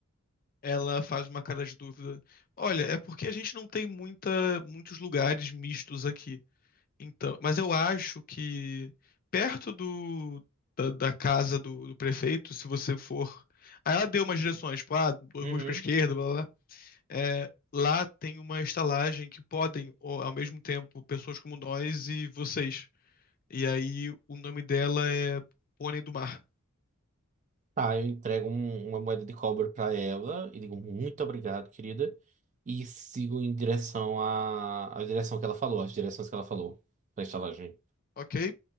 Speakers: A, on the left (about 40°); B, on the right (about 35°).
A: Ela faz uma cara de dúvida. Olha, é porque a gente não tem muita, muitos lugares mistos aqui. Então, mas eu acho que perto do, da, da casa do, do prefeito, se você for. Aí ela deu umas direções, tipo, ah, duas
B: Uhum.
A: ruas pra esquerda, blá blá. blá. É, lá tem uma estalagem que podem, ó, ao mesmo tempo, pessoas como nós e vocês. E aí o nome dela é Pônei do Mar,
B: Tá, eu entrego um- uma moeda de cobre pra ela e digo muito obrigado, querida. E sigo em direção à, à direção que ela falou, as direções que ela falou pra estalagem.
A: ok?